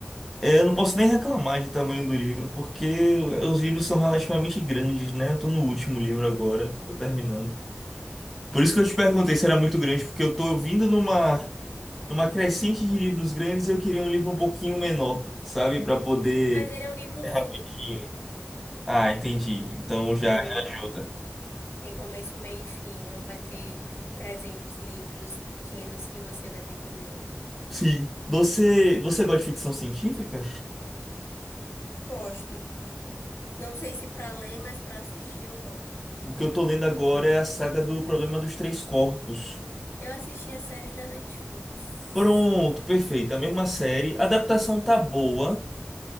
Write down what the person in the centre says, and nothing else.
É, eu não posso nem reclamar de tamanho do livro, porque os livros são relativamente grandes, né? Eu tô no último livro agora, tô terminando. Por isso que eu te perguntei se era muito grande, porque eu tô vindo numa, numa crescente de livros grandes, e eu queria um livro um pouquinho menor, sabe? Pra poder.
É
rapidinho. Ah, entendi. Então já,
já
ajuda.
Sim. Você, você gosta de ficção científica?
O que eu tô lendo agora é a saga do Problema dos Três Corpos.
Pronto, perfeito. A mesma série. A adaptação tá boa.